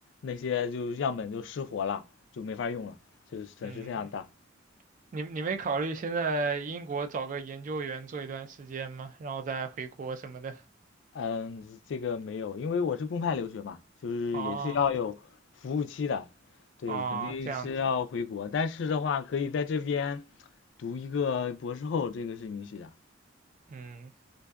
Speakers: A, on the left; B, on the right.
A: 那些就样本就失活了，就没法用了，就是损失非常大。
B: 嗯，你你没考虑先在英国找个研究员做一段时间吗？然后再回国什么的？
A: 嗯，这个没有，因为我是公派留学嘛，就是也是要有服务期的，
B: 哦
A: 对，
B: 哦，
A: 肯定是要回国，
B: 这样子。
A: 但是的话可以在这边读一个博士后，这个是允许的。
B: 嗯，